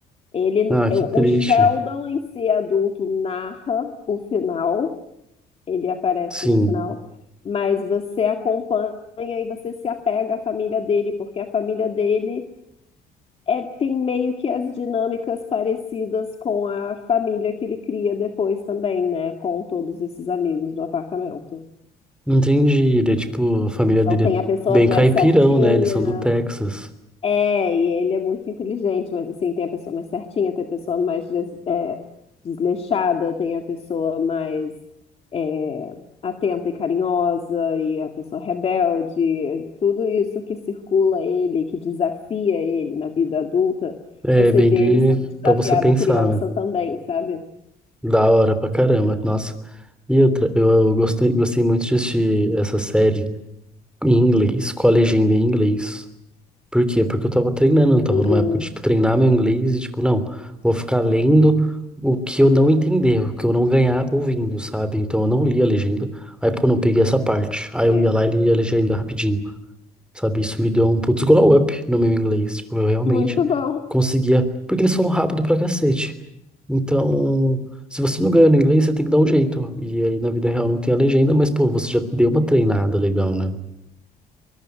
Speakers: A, on the left; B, in the centre.
A: Ele,
B: Ah,
A: é,
B: que
A: o
B: triste.
A: Sheldon em si adulto narra o final, ele aparece
B: Sim,
A: no final, mas você acompanha e você se apega à família dele, porque a família dele é, tem meio que as dinâmicas parecidas com a família que ele cria depois também, né? Com todos esses amigos do apartamento.
B: entendi. Ele é tipo, a família
A: Então
B: dele
A: tem
B: é
A: a pessoa
B: bem
A: mais
B: caipirão,
A: certinha,
B: né? Eles são do Texas.
A: É, e ele é muito inteligente, mas assim, tem a pessoa mais certinha, tem a pessoa mais des- é, desleixada, tem a pessoa mais é, atenta e carinhosa, e a pessoa rebelde, tudo isso que circula ele, que desafia ele na vida adulta,
B: É,
A: você
B: bem
A: vê
B: de,
A: ele sendo desafiado
B: pra você pensar,
A: criança
B: né?
A: também, sabe?
B: Da hora pra caramba, nossa. E outra, eu, eu gostei, gostei muito de assistir essa série em inglês, com a legenda em inglês. Por quê? Porque eu tava treinando, eu tava
A: Uhum,
B: numa época de, tipo, treinar meu inglês e, tipo, não, vou ficar lendo o que eu não entender, o que eu não ganhar ouvindo, sabe? Então eu não li a legenda. Aí, pô, não peguei essa parte. Aí eu
A: sim.
B: ia lá e lia a legenda rapidinho, sabe? Isso me deu um putz glow up no meu inglês. Tipo, eu realmente
A: Muito bom,
B: conseguia. Porque eles falam rápido pra cacete. Então, se você não ganhou no inglês, você tem que dar um jeito. E aí na vida real não tem a legenda, mas pô, você já deu uma treinada legal, né?